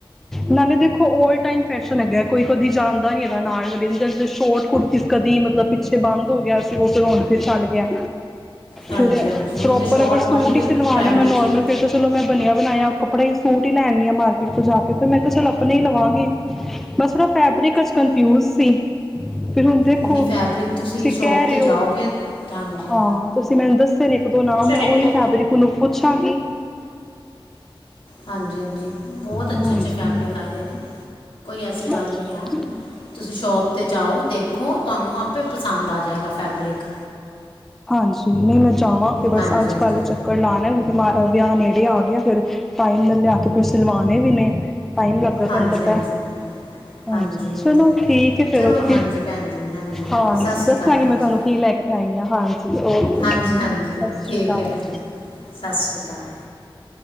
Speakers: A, in the centre; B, on the left (about 70°).
A: ਨਾਲੇ ਦੇਖੋ ਔਲ ਟਾਈਮ ਫੈਸ਼ਨ ਹੈਗਾ, ਕੋਈ ਕਦੀ ਜਾਣਦਾ ਨੀ ਹੈਗਾ ਅਨਾਰ <unintelligible> ਸ਼ੋਰਟ ਕੁੁਰਤੀ ਕਦੀ ਮਤਲਬ ਪਿੱਛੇ ਬੰਦ ਹੋ ਗਿਆ ਸੀ, ਓ ਫੇਰ ਹੁਣ ਫੇਰ ਚੱਲ ਗੇਆ।
B: ਹਾਂਜੀ
A: ਫਿਰ
B: ਹਾਂਜੀ ਹੁਣ
A: ਪ੍ਰੋਪਰ
B: ਤੇ ਸ਼ਾਰਟ
A: ਅਗਰ ਸੂਟ
B: ਬੜੀ
A: ਈ ਸਿਲਵਾਨੈ,
B: ਟਰੈਂਡ
A: ਮੈਂ
B: ਵਿੱਚ
A: ਨੋਰਮਲ
B: ਹੈ
A: ਫਿਰ ਦ ਚਲੋ ਮੈਂ ਬਣਿਆ ਬਣਾਇਆ ਕੱਪੜਾ ਹੀ ਸੂਟ ਹੀ ਲੈਨੀਂ ਆਂ ਮਾਰਕੀਟ ਤੋਂ ਜਾ ਕੇ ਫੇਰ ਮੈਂ ਕੇਯਾ ਚਲ ਅਪਨਾ ਈ ਲਵਾਂਗੀ। ਬਸ, ਨਾਂ ਫੈਬਰਿਕ ਚ ਕਨਫਿਊਜ ਸੀ। ਫਿਰ ਹੁਨ ਦੇਖੋ,
B: ਨਹੀਂ ਫੈਬਰਿਕ
A: ਤੁਸੀਂ
B: ਸ਼ੋਪ
A: ਕੈ
B: 'ਤੇ
A: ਰੇਓ
B: ਜਾਓਗੇ ਹਾਂਜੀ
A: ਹਾਂ, ਤੁਸੀਂ ਮੈਨੂੰ ਦੱਸ ਤੇ ਲਿਖ ਦੋਨਾਂ, ਮੈਂ
B: ਸਰ ਇੱਕ
A: ਓਈ
B: ਦੋ
A: ਫੈਬਰਿਕ ਓਨੂੰ ਪੁੱਛਾਂਗੀ।
B: ਹਾਂਜੀ-ਹਾਂਜੀ ਬੋਤ ਅੱਛੇ-ਅੱਛੇ
A: ਹਾਂਜੀ
B: ਫੈਬਰਿਕ ਆਏਦੇ ਨੇ, ਕੋਈ ਐਸੀ
A: ਹਾਂਜੀ
B: ਗੱਲ ਨੀਂ ਐ।
A: ਹਾਂਜੀ
B: ਤੁਸੀਂ ਸ਼ੋਪ 'ਤੇ ਜਾਓ ਦੇਖੋ, ਤੁਆਨੂੰ ਆਪੇ ਪਸੰਦ ਆ ਜਾਏਗਾ ਫੈਬਰਿਕ।
A: ਜੀ ਮੈਂ ਜਾਵਾਂਗੀ ਬਸ,
B: ਹਾਂਜੀ
A: ਅੱਜ-ਕੱਲ
B: ਹਾਂਜੀ
A: ਚ। ਕੱਰ ਲਾਣਾ ਕਿਉਂਕਿ ਮ ਵਿਆਹ ਨੇੜੇ ਆ ਗਿਆ ਫੇਰ, ਟਾਈਮ ਨਾਲ ਲਿਆ ਕੇ ਫੇਰ ਸੀਲਵਾਣੇ ਵੀਨੇ। ਟਾਈਮ ਲੱਗਦਾ ਤੁਆਨੂੰ
B: ਹਾਂਜੀ
A: ਪਤੈ,
B: ਹਾਂਜੀ ਭੈਣ ਜੀ
A: ਹਾਂਜੀ
B: ਇਹ
A: ਚਲੋ
B: ਤਾਂ ਹੈ
A: ਠੀਕ ਐ। ਫੇਰ
B: ਚਲੋ
A: ਓਕੇ
B: ਹਾਂਜੀ ਭੈਣ ਜੀ
A: ਹਾਂਜੀ,
B: ਸਤਿ ਸ਼੍ਰੀ
A: ਦੱਸਾਂਗੀ
B: ਅਕਾਲ ਭੈਣ
A: ਮੈਂ ਤੁਆਂਨੂੰ
B: ਜੀ
A: ਕੀ ਲੈ ਕੇ ਆਈ ਆਂ, ਹਾਂਜੀ। ਓਕੇ
B: ਹਾਂਜੀ ਹਾਂਜੀ
A: ਸਸ਼੍ਰੀ
B: ਠੀਕ
A: ਕਾਲ।
B: ਹੈ ਭੈਣ ਜੀ ਸਤਿ ਸ਼੍ਰੀ ਅਕਾਲ